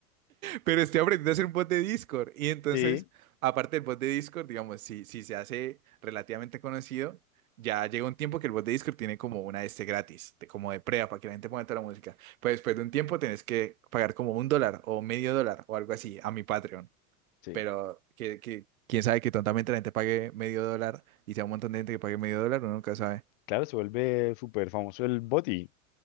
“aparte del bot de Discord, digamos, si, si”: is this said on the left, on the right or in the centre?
Right